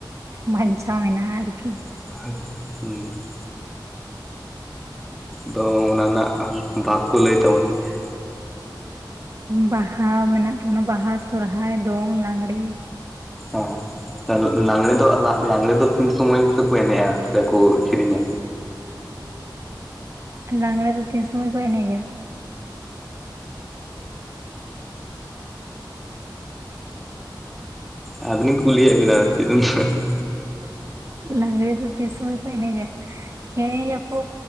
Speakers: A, on the right (about 40°); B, in the centre.
A: ᱵᱟᱧᱪᱟᱸᱣ ᱢᱮᱱᱟᱜ -ᱟ ᱟᱨᱠᱤ?
B: ᱦᱟᱵ-ᱩᱸ ᱾ ᱰᱷᱮ-ᱠᱚᱡ, ᱫᱚ ᱚᱱᱟ ᱨᱮᱱᱟᱜ ᱵᱷᱟᱨ ᱠᱚ ᱞᱟᱹᱭ ᱛᱟᱵᱚᱱ ᱢᱮ ᱾
A: ᱵᱟᱦᱟ ᱢᱮᱱᱟᱜ ᱛᱟᱵᱚᱱᱟ, ᱵᱟᱦᱟ ᱥᱚᱨᱦᱟᱭ ᱫᱚᱝ ᱞᱟᱝᱲᱮ ᱾
B: ᱚ, ᱞᱟ-ᱞᱟᱜᱽᱲᱮ ᱫᱚ ᱞᱟ-ᱞᱟᱜᱽᱲᱮ ᱫᱚ ᱛᱤᱱ ᱥᱚᱢᱚᱭ ᱪᱚᱠᱚ ᱮᱱᱮᱡᱼᱟ ᱥᱮᱠᱚ ᱥᱮᱹᱨᱮᱹᱧᱟ?
A: ᱞᱟᱝᱲᱮ ᱫᱚ ᱛᱤᱱ ᱥᱳᱢᱳᱭ ᱠᱚ ᱮᱱᱮᱡᱟ?
B: ᱟ, ᱹᱵᱤᱱᱤᱧ ᱠᱩᱞᱤᱭᱮᱫ ᱵᱤᱱᱟᱹ ᱪᱮᱫ-ᱮᱢ-ᱦᱟᱥ, ᱾
A: ᱞᱟᱝᱲᱮ ᱫᱚ ᱛᱤᱱ ᱥᱚᱢᱚᱭ ᱠᱚ ᱮᱱᱮᱡᱟ? ᱮᱱᱮᱡ ᱟᱠᱚ,